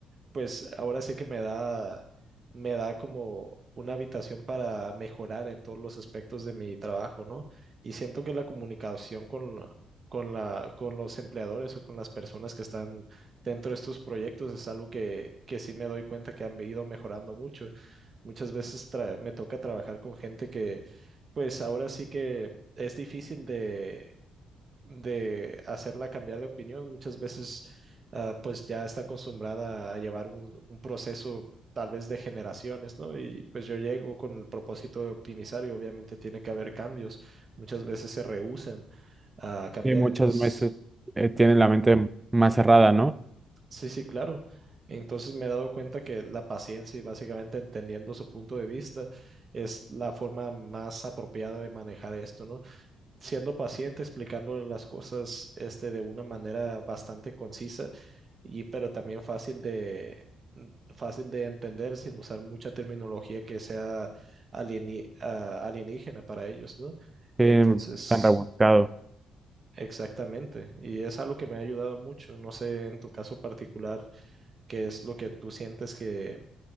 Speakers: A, on the right; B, on the right.
A: Pues ahora sí que me da, me da como una habitación para mejorar en todos los aspectos de mi trabajo, ¿no? Y siento que la comunicación con, la- con la, con los empleadores o con las personas que están dentro de estos proyectos es algo que, que sí me doy cuenta que han ido mejorando mucho. Muchas veces tra- me toca trabajar con gente que, pues ahora sí que es difícil de de hacerla cambiar de opinión. Muchas veces, ah, pues ya está acostumbrada a llevar un, un proceso tal vez de generaciones, ¿no? Y pues yo llego con el propósito de optimizar y obviamente tiene que haber cambios. Muchas veces se rehúsan a cambiar,
B: Sí, muchas
A: entonces,
B: veces eh, tienen
A: ujú.
B: la mente más cerrada, ¿no?
A: Sí, sí, claro. Entonces me he dado cuenta que la paciencia y básicamente entendiendo su punto de vista es la forma más apropiada de manejar esto, ¿no? siendo paciente, explicándole las cosas este, de una manera bastante concisa y pero también fácil de mm, fácil de entender sin usar mucha terminología que sea alieni- ah, alienígena para ellos, ¿no?
B: Sí,
A: Entonces,
B: tan rebuscado.
A: exactamente. Y es algo que me ha ayudado mucho. No sé en tu caso particular qué es lo que tú sientes que